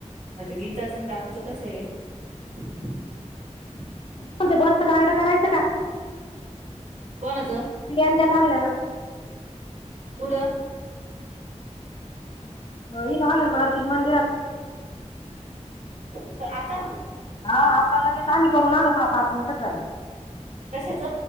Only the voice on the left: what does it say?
तुमचं बसच कार्ड करायचं का?
रियांत्या चालल्या ना.
अ इथं आलोन मारुतीच्या मंदिरात.
हा आता लगेच आम्ही करून आलो सहा, सात मिनटच झाले.